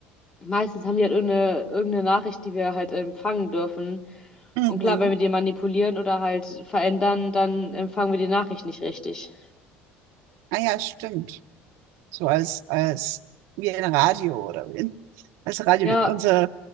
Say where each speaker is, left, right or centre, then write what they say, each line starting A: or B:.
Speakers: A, on the left; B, on the right.
A: meistens haben die halt irgendeine, irgendeine Nachricht, die wir halt empfangen dürfen.
B: mhm.
A: Und klar, wenn wir die manipulieren oder halt verändern, dann empfangen wir die Nachricht nicht richtig.
B: Ah ja, stimmt. So als, als wie ein Radio oder wie ein, als Radio,
A: Ja,
B: unser,